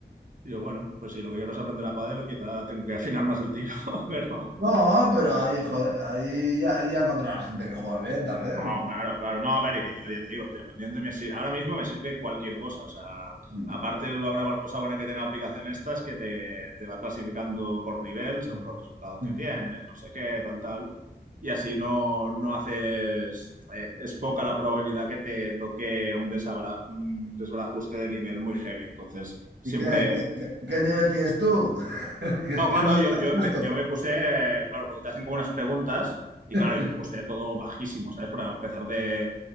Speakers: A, on the right; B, on the right.
A: Digo, bueno, pues sí, lo que quiero es aprender a pádel, quizá tengo que afinar más el tiro, <laughs> pero...
B: No, pero ahí, joder, ahí ya, ya encontrarás gente que juega bien, también.
A: ah
B: ¿no?
A: claro, claro. No, a ver, y que yo ya te digo, estoy aprendiendo y me sir- ahora mismo me sirve cualquier cosa. O sea,
B: Hmm.
A: aparte de la cosa buena que tiene la aplicación esta es que te, te va clasificando por nivel según
B: Mm,
A: los resultados que
B: mm.
A: tienes, no sé qué, tal, tal. Y así no, no haces, eh, es poca la probabilidad que te toque un desabara- un desbarajuste de nivel muy heavy. Entonces, siempre...
B: ¿Y qué, qué, qué- qué nivel tienes tú? <laughs> ¿Qué,
A: No, claro,
B: qué nivel
A: yo,
B: te
A: yo,
B: has puesto?
A: empe- yo me puse, eh, claro, porque te hacen como unas preguntas y
B: <laughs>
A: claro, yo me puse todo bajísimo, ¿sabes? Para empezar de